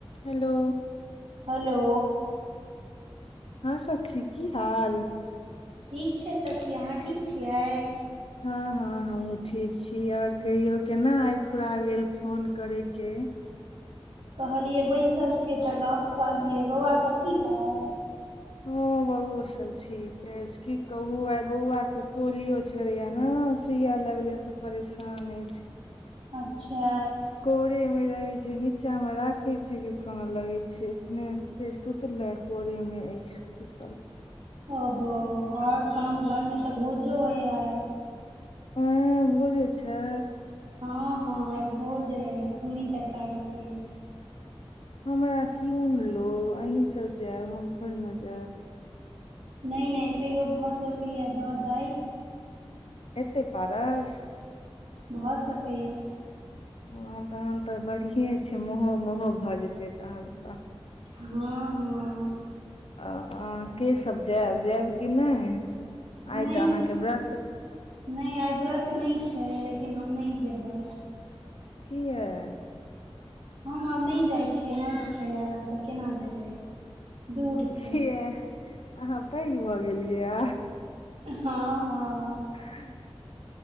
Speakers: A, on the left; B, on the right.
A: हेलो
B: हलो
A: हँ सखी की हाल
B: ठीक छै सखी अहाँ ठीक छियै
A: हँ हँ हमहुँ ठीक छी और कहियो केना आइ फुरा गेल फोन करे के
B: कहलियै बैसल छियै तऽ गप कहलियै बौआ सभ ठीक है
A: हँ बौओ सब ठीक अछि की कहू आ बौआ के पोलियो छलैया न सुइया लगलिय से परेशाने छै
B: अच्छा
A: कोरे मे रहै छै नीचा मे राखै छियै कि कानऽ लगै छैय एखने फेर सुतलै कोरेमे अछि सुतल
B: ओहो और गाम घर मे तऽ भोजो यै आय
A: ऊं भोजो छै
B: हँ हँ आई भोज अइ पूरी तरकारी के
A: हमरा कीउन लो अहीं सब जायब हम थोड़ ने जायब
B: नहि नहि तैयो भऽ सकैए दऽ दैत
A: एते पारस
B: भऽ सकैया
A: हँ तखन तऽ बढ़िए छै महो महो भऽ जेतै तखन तऽ
B: हँ हँ
A: अहाँ के सब जायब जायब कि नहि आइ
B: नहि
A: तऽ अहाँके व्रत
B: नहि आई व्रत नहि छै लेकिन हम नहि जेबै
A: किया
B: हम आब नहि जाइत छियै नोत खाय लेना तऽ केना जेबै दूर
A: किया
B: छै
A: अहाँ पैघ भऽ गेलियैए आब
B: हँ हँ
A: ह <unintelligible>